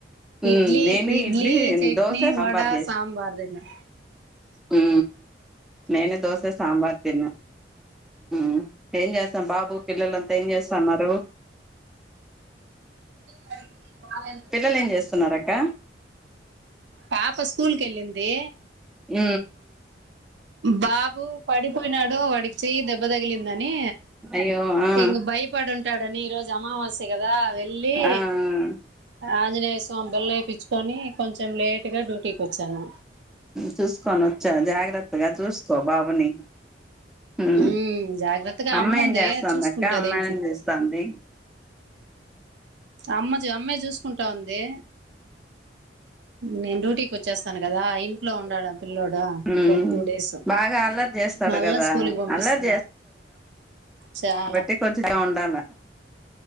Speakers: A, in the centre; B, on the right.
A: ఉమ్
B: ఇడ్లీ
A: నేను
B: ఇడ్లీ చట్నీ
A: దోశ సాంబార్
B: వడా సాంబార్ తిన్నా
A: ఉ నేను దోశ సాంబార్ తిన్న మ్ ఏం చేస్తాం బాబు పిల్లలంతా ఏం చేస్తా ఉన్నారు
B: ట్రైన్ రాలేదు
A: పిల్లలు ఏం చేస్తున్నన్నారు అక్క
B: పాప స్కూల్ కి ఎళ్ళింది
A: ఉ
B: బాబు పడిపోయినాడు వాడికి చెయ్యి దెబ్బ తగిలిందని
A: అయ్యో ఆ
B: ఇంగా భయపడుంటాడని ఈ రోజు అమావాస్య గదా వెళ్ళి
A: ఆ
B: ఆంజనేయ స్వామి బెల్ వేయిచ్చుకొని కొంచెం లేటు గా డ్యూటీకి వచ్చాను
A: చూసుకొని వచ్చా జాగ్రత్తగా చూసుకో బాబుని ఊ
B: ఉమ్ జాగ్రత్తగా
A: అమ్మా
B: అమ్ముంది
A: ఎం చేస్తాంది
B: చూసుకుంటది
A: అక్క అమ్మా‌
B: ఇంట్లో
A: ఎం చేస్తాంది
B: అమ్మ అమ్మె చూసుకుంటా ఉంది నేను డ్యూటీకి వచ్చేస్తాను గదా ఇంట్లో ఉండడానిక్ పిల్లోడా
A: ఉమ్
B: ఇంక ఒక టూ డేస్
A: బాగా అల్లరి చేస్తాడు
B: మళ్ళా
A: కదా
B: స్కూల్ పంపిస్తా
A: అల్లరి
B: చాల్
A: పెట్టి కొంచెం ఉండాలా